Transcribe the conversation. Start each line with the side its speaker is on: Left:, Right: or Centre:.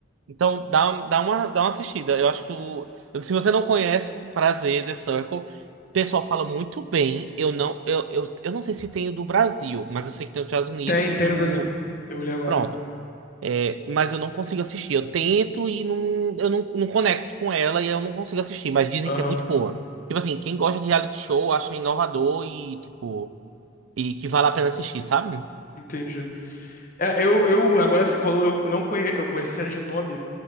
Right: Então, dá, dá uma, dá uma assistida. Eu acho que tu, se você não conhece, um prazer, The Circle. O pessoal fala muito bem. Eu não, eu, eu, eu não sei se tem o do Brasil, mas eu sei que tem o dos Estados Unidos
Left: Tem,
Right: e
Left: tem
Right: o do.
Left: no Brasil. Eu olhei agora.
Right: Pronto. É, mas eu não consigo assistir. Eu tento e não, eu não, não conecto com ela e eu não consigo assistir, mas dizem
Left: Aham,
Right: que é muito boa. Tipo assim, quem gosta de reality show acha inovador e, tipo, e que vale a pena assistir, sabe?
Left: entendi. É, eu, eu, agora que você falou, eu não conhe, eu conheço a série de nome,